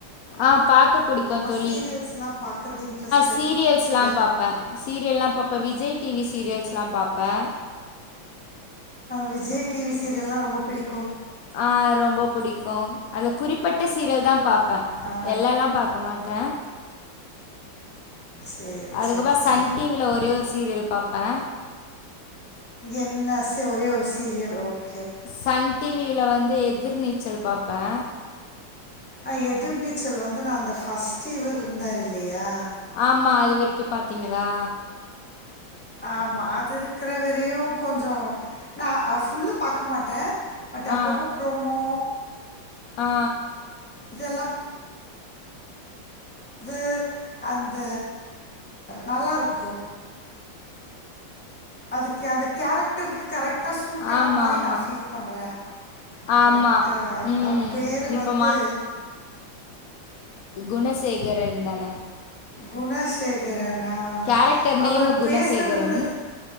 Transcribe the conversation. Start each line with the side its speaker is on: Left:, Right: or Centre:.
Left: ஆ பாக் பிடிக்கும் தொழி
Centre: சீரியல்ஸ்லாம் பார்க்குறது இன்ட்ரெஸ்ட்
Left: சீரியல்ஸ்ல்லாம்
Centre: இருக்குது
Left: பாார்ப்பே சீரியல்ல்லா பாார்ப்பே விஜய் டிவி ச சீரியல்ஸ்லாம் பாப்பே
Centre: விஜய் டிவி சீரியல்லா ரொம்ப பிடிக்
Left: ஆ ரொம்ப புடிக்கூ அது குறிப்பட்ட சீரியல் தா பாப் ப்பே
Centre: ஆ,
Left: எல்லல்லாம் பார்க்க மாட்டே
Centre: சரி
Left: அதுக்கப்புறோ
Centre: சரி
Left: சன்
Centre: சரி
Left: டிவில ஒரே ஒரு சீரியல் பா்பே பா
Centre: என்ன ஒரே ஒரு சீரியல் ஓக்
Left: சன் டிவில வந்து எதிர் நீச்சல் பார்ப்பே
Centre: ஐய்ய குதிர்நீச்சல் வந்து நான் அந்த ஃபஸ்ட் வல் இருந்தார் இல்லையா
Left: ஆமா அது வரைக்கூ பாத்தீங்களா
Centre: ஆமா அது இருக்கிற வரையும் கொஞ்சோ நா ஃபுல்லு பார்க்க மாட்டே பட் அப்பப்போ
Left: ஆ
Centre: ப்ரோமோ
Left: ஆ
Centre: இதெல்லாம் அது அந்த நல்லா இருக்கச அதுக்கு அந்த கேரக்டருக்கு கரெக்ட் கரெக்டாக சூட்டான
Left: ஆமா
Centre: மாரி
Left: ஆமா
Centre: நா ஃபீல் பண்ணுறே
Left: ஆமா
Centre: கரெக்டா
Left: ம்
Centre: பேர்
Left: இப்போ
Centre: வந்து
Left: குணசேக ற தான
Centre: குணசேகரன் லா
Left: கேரக்டர் நேமு
Centre: அவரு
Left: குணசேகரன்
Centre: பேசுறது